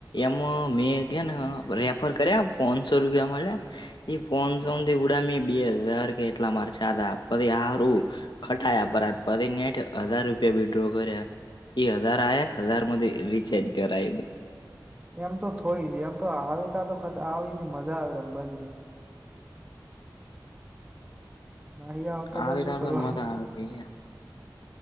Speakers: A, on the left (about 80°); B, on the right (about 15°).
A: એમાં મેં કેને રેફર કર્યા પોનસો રૂપિયા મળ્યા. એ ફંસોથી ગડા મ બે હજાર કે એટલા મારચ હતાા પદ આરુ. ખટાયા પરરા પરી ને હઠ હજાર રૂપિયા વિડ્રો કર્યા. એ હજાર આ હજાર મધ રિચાર્જ કરાઈ દીધું.
B: એમ તો થય જ એમ તો આવે ત તો આવી મજા આવેમ બનીય. નહી આવતા
A: આવે
B: ત શું
A: તાર
B: કરવાનું
A: તો મજા આવે. પી છે